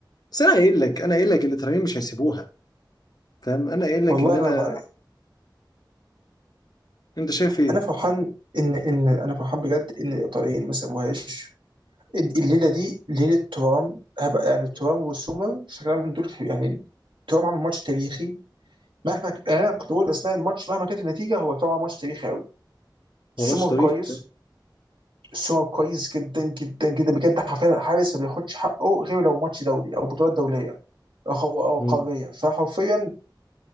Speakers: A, on the left; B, on the right.
A: بس انا قايل لك انا قايل لك الاتراكين مش هيسيبوها فاهم انا قايل لك
B: والله
A: ان انا
B: انا بقى.
A: انت شايف ايه؟
B: انا فرحان ان ان انا فرحان بجد ان الايطاليين ما سابوهاش الليله دي ليله ترام هبقى يعني ترام وسومر شكلها من دول يعني ترام عمل ماتش تاريخي مهما ك- يعني انا كنت بقول اثناء الماتش مهما كانت النتيجه هو ترام عمل ماتش تاريخي قوي سومر
A: هو ماتش طريق
B: كويس سومر كويس جدا جدا جدا بجد حرفيا الحارس ما بياخدش حقه غير لو ماتش دولي او بطولات دوليه او خو- أو
A: مم.
B: قاريه فحرفيا